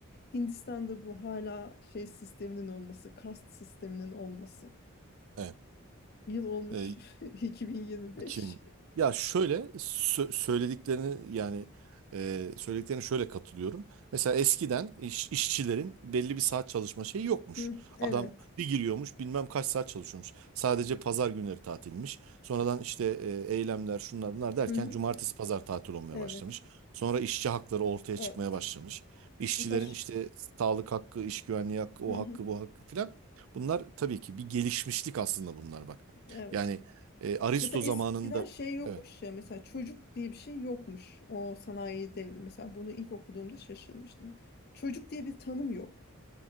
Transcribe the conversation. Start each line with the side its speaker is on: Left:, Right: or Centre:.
Left: Hindistan'da bu hala şey sisteminin olması, kast sisteminin olması.
Right: Evet.
Left: Yıl olmuş
Right: E,
Left: <laughs> 2025.
Right: 2000. Ya şöyle sö- söylediklerini yani e, söylediklerine şöyle katılıyorum. Mesela eskiden iş- işçilerin belli bir saat çalışma şeyi yokmuş.
Left: Hı, evet.
Right: Adam bir giriyormuş bilmem kaç saat çalışıyormuş. Sadece pazar günleri tatilmiş. Sonradan işte e, eylemler şunlar bunlar derken
Left: Hı hı,
Right: cumartesi pazar tatil olmaya
Left: evet.
Right: başlamış. Sonra işçi hakları ortaya
Left: Evet.
Right: çıkmaya başlamış. İşçilerin
Left: Mesaj.
Right: işte sağlık hakkı, iş güvenliği hakkı, o
Left: Hı hı,
Right: hakkı, bu hakkı filan. Bunlar tabii ki bir gelişmişlik aslında bunlar bak.
Left: evet.
Right: Yani e, Aristo
Left: Mesela
Right: zamanında
Left: eskiden şey yokmuş
Right: evet
Left: ya mesela çocuk diye bir şey yokmuş o sanayi devri. Mesela bunu ilk okuduğumda şaşırmıştım ben. Çocuk diye bir tanım yok.